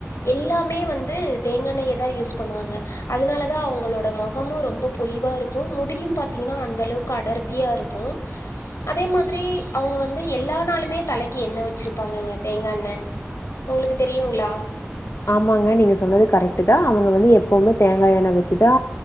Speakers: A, on the left; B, on the left.
A: எல்லாமே வந்து தேங்கண்ணயை தான் யூஸ் பண்ணுவாங்க அதனால தான் அவங்களோட முகமும் ரொம்ப பொழிவா இருக்கும் முடியும் பாத்தீங்கன்னா அந்த அளவுக்கு அடர்த்தியா இருக்கும் அதே மாதிரி அவங்க வந்து எல்லா நாளுமே தலைக்கு என்ன வச்சிருப்பாங்கங்க தேங்கா எண்ண உங்களுக்கு தெரியுங்களா
B: ஆமாங்க நீங்க சொன்னதுக்கு கரெக்ட்தா அவங்க வந்து எப் எப்புமே தேங்காயெண்ண வெச்சது தா